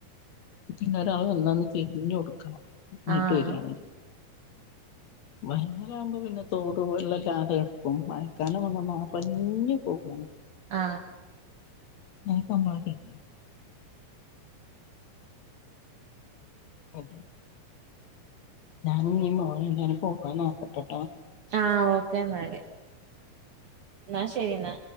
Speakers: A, on the left; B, on the right.
A: പിന്നെ ഒരാള് വന്നാൽ തിരിഞ്ഞൊട്ക്ക ഇങ്ങട്ട്
B: ആഹ്
A: വെരാണെങ്കി വഴിമലവുമ്പോ പിന്നെ തോട്പോലുള്ള ല്ലാതെ കിടക്കും <unintelligible> പോകാണ്
B: ആ
A: <unintelligible> മ് ഞാനും ഞ്ഞ് മോനുംന്താണ് പോകാന്നോക്കട്ടെ
B: ആ ഓക്കേന്നാല് ന്നാ ശരിന്നാ